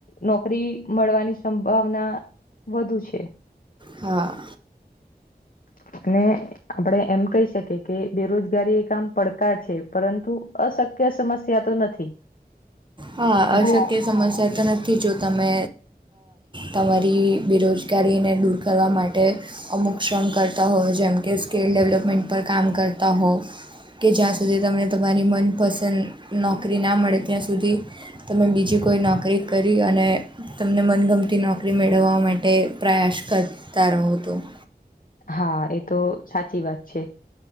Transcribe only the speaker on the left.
નોકરી મળવાની સંભાવના વધુ છે.
<unintelligible> આપણેે એમ કહી શકીએ કે બેરોજગારી એ આામ પડકાર છે, પરંતુ અશક્ય. કો સમસ્યા તો નથી.
જો
હા એ તો સાચી વાત છે,